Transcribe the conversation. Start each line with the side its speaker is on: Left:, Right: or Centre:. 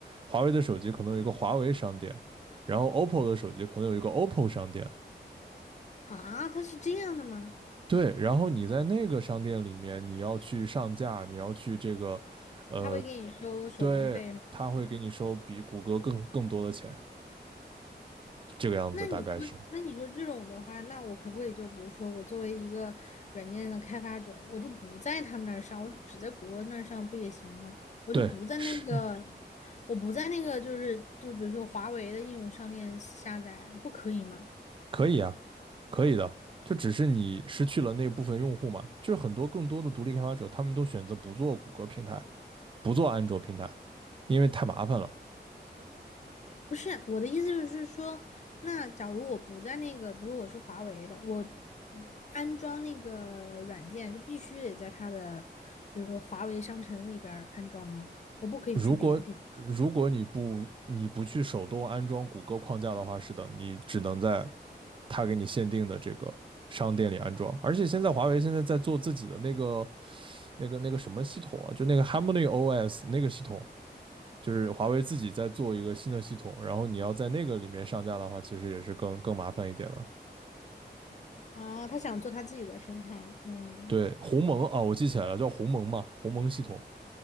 Right: 华为的手机可能有一个华为商店，然后 OPPO 的手机可能有一个 OPPO 商店。
Left: 啊，他是这样的吗？
Right: 对，然后你在那个商店里面，你要去上架，你要去这个，呃，
Left: 他会给你收手续费是吗
Right: 对，他会给你收比谷歌更更多的钱，这个样子大概是，
Left: 那你说，那你说这种的话，那我可不可以就比如说，我作为一个软件的开发者，我就不在他们那儿上，我只在谷歌那儿上不也行吗？我就不在那个，
Right: 对，是
Left: 我不在那个，就是就比如说华为的应用商店下载，不可以吗？
Right: 可以啊，可以的，就只是你失去了那部分用户嘛，就是很多更多的独立开发者，他们都选择不做谷歌平台，不做安卓平台，因为太麻烦了。
Left: 不是我的意思就是说，那假如我不在那个，比如我是华为的，我安装那个软件就必须得在它的，就是说华为商城里边儿安装吗？我不可以去别的地方
Right: 如果如果你不你不去手动安装谷歌框架的话，是的，你只能在它给你限定的这个商店里安装。而且现在华为现在在做自己的那个那个那个什么系统啊，就那个 Harmony OS 那个系统，就是华为自己在做一个新的系统，然后你要在那个里面上架的话，其实也是更更麻烦一点的。
Left: 啊？他想做他自己的生态，嗯
Right: 对，鸿蒙啊，我记起来了，叫鸿蒙嘛，鸿蒙系统。